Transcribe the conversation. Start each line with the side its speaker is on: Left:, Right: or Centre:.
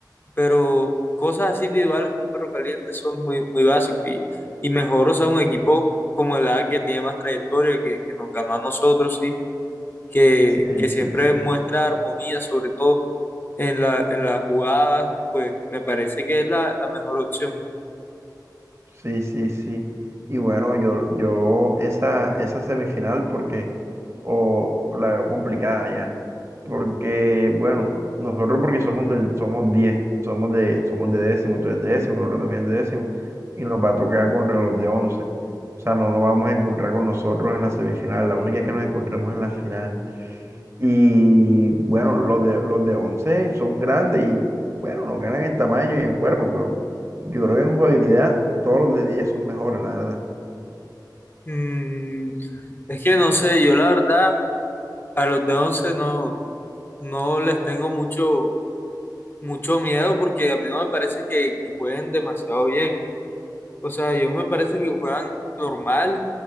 Left: pero cosas así individuales como un perro caliente son muy, muy básicas y, y mejor, o sea, un equipo como el A que tiene más trayectoria, que, que nos ganó a nosotros, sí, que,
Right: Sí,
Left: que
Right: sí,
Left: siempre
Right: sí.
Left: muestra armonía, sobre todo en la, en la jugada, pues me parece que es la la mejor opción.
Right: Sí, sí, sí. Y bueno, yo, yo esa, esa semifinal porque, o la veo complicada ya. Porque, bueno, nosotros porque somos del, somos 10, somos de, somos de décimo, tú eres de décimo, el otro también es de décimo, y nos va a tocar contra los de once. O sea, no nos vamos a encontrar con nosotros en la semifinal, la única es que nos encontremos en la final. Y bueno, los de, los de 11 son grandes y bueno, nos ganan en tamaño y en cuerpo, pero yo creo que en jugabilidad todos los de 10 son mejores, la verdad.
Left: Mm, es que no sé, yo la verdad a los de 11 no, no les tengo mucho, mucho miedo porque a mí no me parece que, que jueguen demasiado bien. O sea, ellos me parece que juegan normal